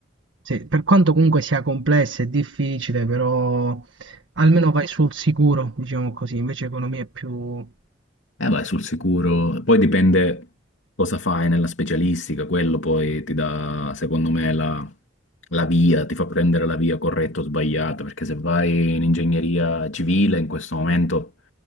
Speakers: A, on the right (about 75°); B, on the left (about 75°).
A: Sì, per quanto comunque sia complessa e difficile, però almeno vai sul sicuro, diciamo così, invece economia è più poco
B: vai sul sicuro. Poi dipende cosa fai nella specialistica, quello poi ti dà, secondo me, la, la via, ti fa prendere la via corretta o sbagliata, perché se vai in ingegneria civile in questo momento